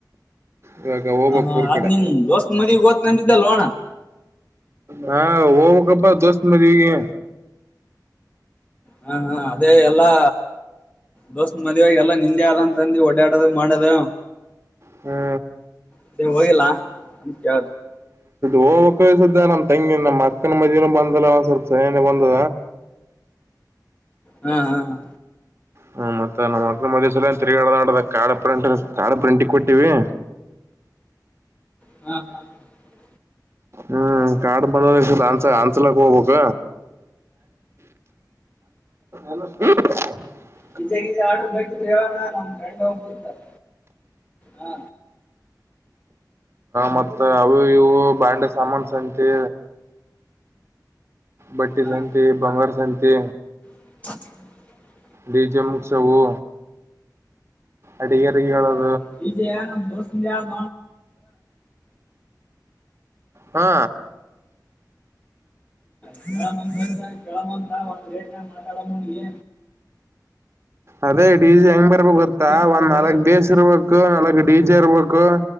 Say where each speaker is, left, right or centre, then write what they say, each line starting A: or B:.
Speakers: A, on the right (about 35°); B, on the left (about 20°).
A: ಇವಾಗ ಹೋಗಬೇಕ
B: ಹ ಹಾ
A: ಊರ್
B: ಅದ್
A: ಕಡೆ
B: ನಿಮ್ ದೋಸ್ತ್ ಮದಿಗ್ ಓದ್ತಂದಿದ್ದಲ್ವ ಅಣ್ಣ
A: ಹಾ ಹೋಗಬೆಕಪ್ಪಾ ದೋಸ್ತ್ ಮದವಿಗೆ
B: ಹಾ ಹಾ ಅದೇ ಎಲ್ಲಾ ದೋಸ್ತ್ ಮದ್ವೆಯಾಗಿ ಎಲ್ಲಾ ನಿಂದೆ ಆದ್ ಅಂತಂದಿ ಓಡಾಡದು ಮಾಡದು
A: ಹ್ಮಾ
B: ಅತ್ತೇ ಹೋಗಿಲ್ಲಾ ಅಂತ ಕೆ
A: ಹೋಗ್ಕ್ ಈ ಸದ್ಯ ನಮ್ಮ ತಂಗಿ ನಮ್ಮ್ ಅಕ್ಕನ ಮದನು ಬಂದಲ್ಲ ಒಂದ್ ಸ್ವಲ್ಪ ಸನೆನ ಬಂದದ
B: ಹಾ ಹಾ ಹಾ
A: ಹ್ಮ್ ಮತ್ತೆ ನಮ್ಮ ಮಕ್ಳ ಮದುವೆಗೆ ಸರಿಯಾಗಿ ತಿರುಗಾಡ್ದ ಆಡ್ದ ಕಾಡ ಪ್ರಂಟ ಕಾರ್ಡ್ ಪ್ರಿಂಟಿಗೆ ಕೊಟ್ಟವಿ
B: <unintelligible>
A: ಹ್ಮ್ ಕಾಡು ಬಳ್ಳೋಳ ಅನ್ಸ ಅನ್ಸಲಾಕ್ ಹೋಗ್ಬೇಕ <unintelligible>
B: ಪೀಸಾ ಗಿಜಾ ಆರ್ಡ್ರ ಬೇಕಿದ್ರೆ ಹೇಳೋಣ ನಮ್ ಫ್ರೆಂಡ್ ಒಬ್ಬ ಇದ್ದಾರ ಹಾ
A: ಮತ್ತ ಅವು ಇವು ಬಾಂಡೆ ಸಾಮಾನ ಸಂತಿ ಬಟ್ಟಿ
B: ಹಾ
A: ಸಂತಿ, ಬಂಗಾರ ಸಂತಿ
B: <unintelligible>
A: ಡಿಜೆ ಮುಗ್ಸಿವು ಅಡಿಗೆರೆಗೆ ಹೇಳ ಹೋಗು
B: <unintelligible> ವಿಜಯ ದೋಸ್ತಿಯ <inaudible>
A: ಹಾ
B: <unintelligible> ಮಾತಾಡೋನಿಗೆ
A: ಅದೇ ಡಿಜಿ ಹೆಂಗ್ ಬರ್ಬೇಕು ಗೊತ್ತಾ
B: ಮಾಡೋದು
A: ಒಂದ್ ನಾಲ್ಕ್ ಬೇಸ್ ಇರ್ಬೇಕು ನಾಲ್ಕ್ ಡಿ ಜೆ ಇರಬೇಕು